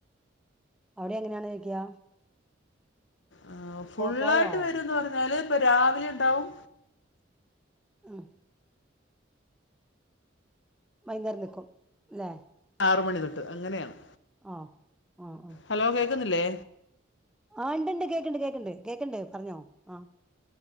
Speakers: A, in the centre; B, on the left.
A: അവ്ടി അങ്ങനെണോ ചോയ്ക
B: ആ ഫുള്ളായിട്ട്
A: പോയോ
B: വരുന്ന് പർഞ്ഞാല് ഇപ്പം രാവിലെ ഇണ്ടാവും
A: ആ വെയ്ന്നേരം നിക്കും ലെ
B: ആറ് മണി തൊട്ട് അങ്ങനെണ്
A: ആ ആ ആ
B: ഹലോ കേക്കുന്നില്ലേ
A: ആ ഇണ്ട് ഇണ്ട് കേക്ക്ണ്ട് കേക്ക്ണ്ട് കേക്ക്ണ്ട് പർഞ്ഞോ ആ